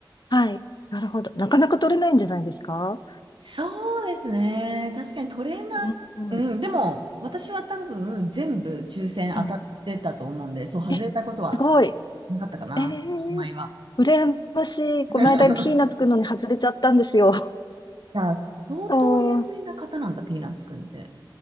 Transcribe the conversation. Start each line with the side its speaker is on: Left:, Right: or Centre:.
Left: あ。はい。なるほど。なかなか取れないんじゃないですか
Right: そうですね。確かにトレー
Left: うん。うん
Right: ナー、うん、でも私は多分全部抽選当たってたと思うんで、
Left: うん
Right: そう外れたことは
Left: え、すごい。
Right: なかったかな、
Left: えー、
Right: しまいは。
Left: 羨ましい。この間ピーナッツくんのに外れちゃったんですよ。
Right: <laughs> じゃあ、相当有名な方なんだ、
Left: <laughs> おー
Right: ピーナッツくんって。